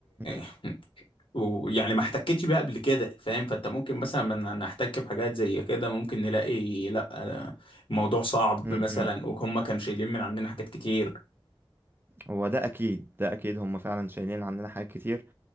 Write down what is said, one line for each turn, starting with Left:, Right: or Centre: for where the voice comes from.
Right: أمم،
Left: <laughs> ويعني ما احتكتش بيها قبل كده فاهم فانت ممكن مثلا لما نحتك بحاجات زي كده ممكن نلاقي لا الموضوع صعب
Right: أمم،
Left: مثلا
Right: أمم.
Left: وهم كانوا شايلين من عندنا حاجات كتير
Right: هو ده اكيد ده اكيد هم فعلا شايلين عننا حاجات كتير